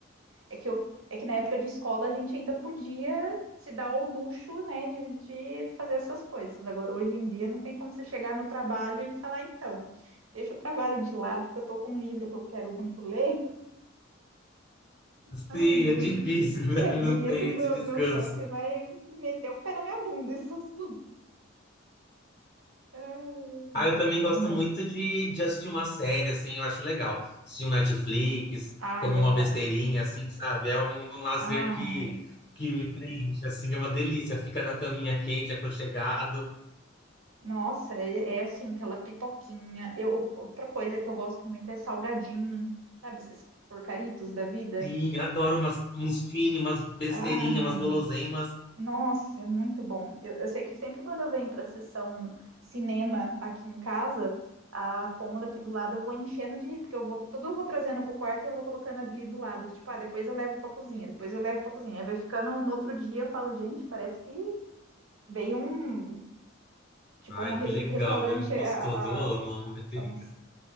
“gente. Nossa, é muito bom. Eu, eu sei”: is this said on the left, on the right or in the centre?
Right